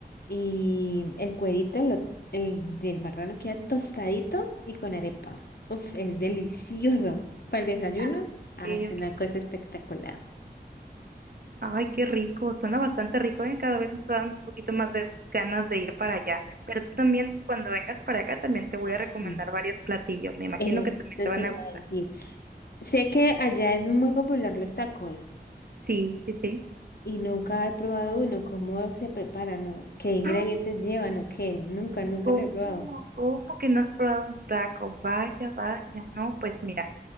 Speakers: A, on the left; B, on the right.
A: y el cuerito lo- el del marrano queda tostadito y con arepa. Uf, es delicioso. Para el desayuno,
B: Ah, ok,
A: ah, es
B: ok.
A: una cosa espectacular.
B: Ay, qué rico, suena bastante rico, ¿eh? Cada vez me está dando un poquito más de ganas de ir para allá. Pero tú también, cuando vengas para acá, también te voy a
A: Sí.
B: recomendar varios platillos. Me imagino
A: Eh,
B: que también
A: yo
B: te van
A: te iba
B: a gustar.
A: a decir. Sé que allá es muy popular los tacos
B: Sí, sí, sí.
A: y nunca he probado uno. ¿Cómo se preparan o qué ingredientes
B: Ah,
A: llevan o qué? Nunca, nunca
B: ¿cómo?
A: lo he probado.
B: ¿Cómo que no has probado un taco? Vaya, vaya, no, pues mira,